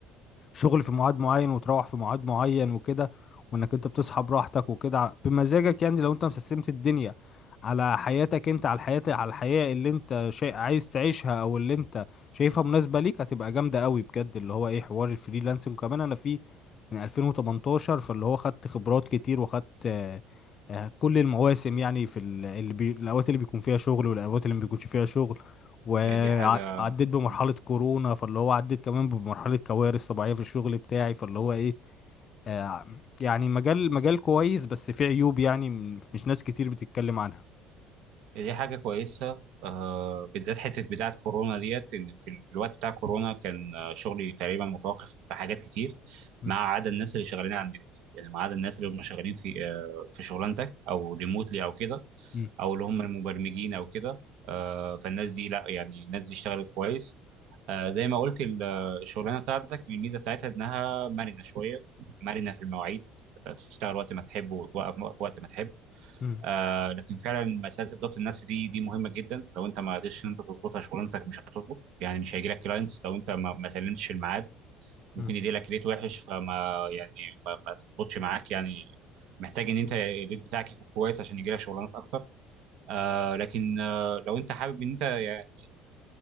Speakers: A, on the left (about 35°); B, on the right (about 65°).
A: شغل في ميعاد معين وتروح في ميعاد معين وكده وانك انت بتصحى براحتك وكده بمزاجك يعني لو انت مسستمت الدنيا على حياتك انت على الحياة على الحياة اللي انت شيء عايز تعيشها او اللي انت شايفها مناسبة ليك هتبقى جامدة قوي بجد اللي هو ايه حوار الفريلانسنج وكمان انا فيه من 2018 فاللي هو خدت خبرات كتير وخدت آه، آه، كل المواسم يعني في ال- اللي بي... الاوقات اللي بيكون فيها شغل والاوقات اللي ما بيكونش فيها شغل وعديت
B: هي دي حاجه
A: بمرحلة
B: مم.
A: كورونا فاللي هو عديت كمان بمرحلة كوارث طبيعية في الشغل بتاعي فاللي هو ايه آه يعني مجال مجال كويس بس فيه عيوب يعني م- مش ناس كتير بتتكلم عنها
B: دي حاجة كويسة آه بالذات حتة بتاعة كورونا ديت إن في, ال- في الوقت بتاع كورونا كان آه، شغلي تقريبا متوقف في حاجات كتير
A: مم.
B: ما عدا الناس اللي شغالين على النت يعني ما عدا الناس اللي هم شغالين في آه في شغلانتك أو ريموتلي أو كده
A: مم.
B: أو اللي هم المبرمجين أو كده آه فالناس دي لا يعني الناس دي اشتغلت كويس آه زي ما قلت ال- آه، الشغلانة بتاعتك الميزة بتاعتها إنها مرنة شوية مرنة في المواعيد آه، تشتغل وقت ما تحب وتوقف وقت ما تحب
A: مم.
B: آه لكن فعلا مساله الضبط النفسي دي دي مهمه جدا لو انت ما قدرتش ان انت تظبطها شغلانتك مش هتظبط يعني مش هيجي لك كلاينتس لو انت ما ما سلمتش في الميعاد
A: مم.
B: ممكن يجي لك ريت وحش فما يعني ما, ما تظبطش معاك يعني محتاج ان انت الريت بتاعك يكون كويس عشان يجي لك شغلانات اكتر آه لكن آه لو انت حابب ان انت يعني